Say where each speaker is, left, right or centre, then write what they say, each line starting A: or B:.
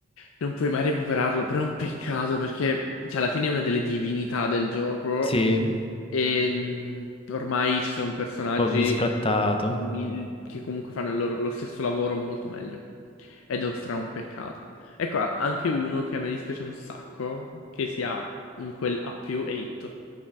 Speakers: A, on the left; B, on the left.
A: non puoi mai recuperarlo, però è un peccato perché cioè, alla fine è una delle divinità del gioco
B: Sì, un
A: e mh, ormai ci sono personaggi
B: po' bisfrattato.
A: mil- che comunque fanno il loro- lo stesso lavoro molto meglio. Ed è un stra un peccato. Ecco, a- anche uno che a me dispiace un sacco, che sia in quel A più 8.